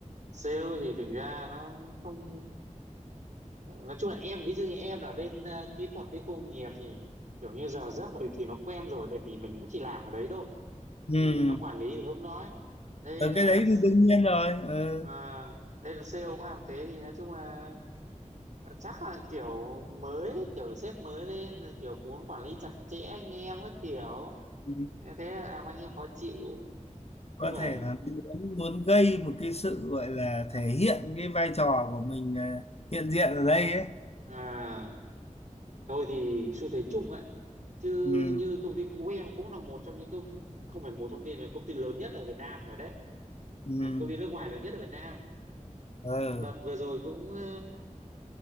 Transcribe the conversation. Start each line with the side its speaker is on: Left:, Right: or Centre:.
Right: sale thì thực ra nó không ờ, nói chung là em ví dụ như em là bên ờ, kỹ thuật với khu công nghiệp thì kiểu như giờ giấc thì, thì nó quen rồi tại vì mình cũng chỉ làm ở đấy thôi
Left: Ừ.
Right: thì nó quản lý thì không nói đây
Left: Ở
Right: là
Left: cái đấy thì đương nhiên rồi. Ừ.
Right: à, đây là sale cũng làm thế thì nói chung là ờ, chắc là kiểu mới kiểu sếp mới lên rồi kiểu muốn quản lý chặt chẽ anh em các kiểu
Left: Ừ.
Right: thế thế là làm anh em khó chịu
Left: Có
Right: nhưng mà
Left: thể là muốn, muốn gây một cái sự gọi là thể hiện cái vai trò của mình ờ, hiện diện ở đây ấy.
Right: à, Thôi thì xu thế chung ấy chứ
Left: Ừ.
Right: như công ty cũ em cũng là một trong những công không phải một trong những là công ty lớn nhất ở Việt Nam rồi đấy
Left: Ừ.
Right: à, công ty nước ngoài lớn nhất ở Việt Nam
Left: Ừ.
Right: đợt vừa rồi cũng ờ,